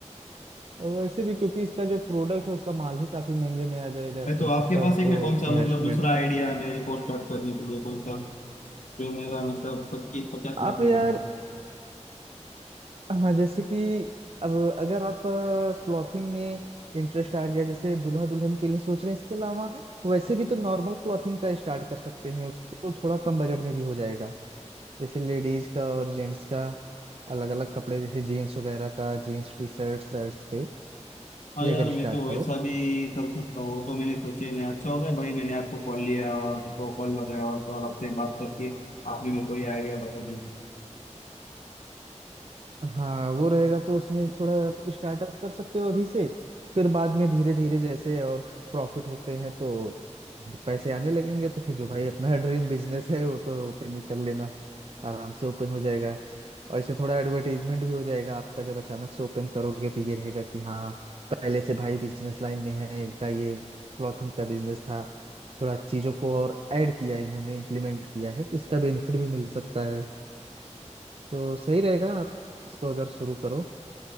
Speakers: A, on the right; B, on the left.
A: और वैसे भी क्योंकि इसका जो प्रोडक्ट है उसका माल ही काफी महंगे में आ जाएगा
B: है तो
A: जिन सबका
B: आपके पास
A: भी
B: है
A: तो
B: क्या कौन
A: इन्वेस्टमेंट
B: सा मतलब दूसरा आइडिया मेरे को स्टार्ट करने के लिए कौन सा जो मेरा मतलब पच्चीस पचास लाख
A: आप
B: में
A: यार
B: होगा
A: हाँ जैसे कि अब अगर आपका क्लॉथिंग में इंटरेस्ट आ गया जैसे दुल्हा दुल्हन के लिए सोच रहे हैं इसके अलावा वैसे भी तो नॉर्मल क्लॉथिंग का स्टार्ट कर सकते हैं उसको थोड़ा कम बजट में भी हो जाएगा जैसे लेडीज का और जेंट्स का अलग अलग कपड़े जैसे जीन्स वगैरह का जीन्स टी शर्ट शर्ट्स पे
B: हाँ
A: ये
B: यार
A: अगर
B: मैं
A: स्टार्ट
B: तो वैसा
A: करो
B: भी कर सकता हूँ वो तो मैंने सोचे नहीं अच्छा हो गया भाई मैंने आपको कॉल लिया और आपको कॉल लगाया और तो और आपसे बात करके आपने मेरे को ये आइडिया बता दी
A: हाँ वो रहेगा तो उसमें थोड़ा स्टार्टअप कर सकते हो अभी से फिर बाद में धीरे धीरे जैसे और प्रॉफिट होते हैं तो पैसे आने लगेंगे तो फिर जो भाई अपना ड्रीम बिजनेस है वो तो ओपन ही कर लेना आराम से ओपन हो जाएगा और इससे थोड़ा एडवर्टाइजमेंट भी हो जाएगा आपका जब अचानक से ओपन करोगे तो ये रहेगा कि हाँ पहले से भाई बिजनेस लाइन में है इनका ये क्लॉथिंग का बिजनेस था थोड़ा चीजों को और ऐड किया है इन्होंने इम्प्लीमेंट किया है तो इसका बेनिफिट भी मिल सकता है तो सही रहेगा आप इसको अगर शुरू करो